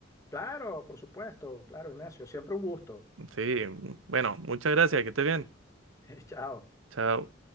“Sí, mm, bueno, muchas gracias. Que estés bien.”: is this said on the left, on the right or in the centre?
Right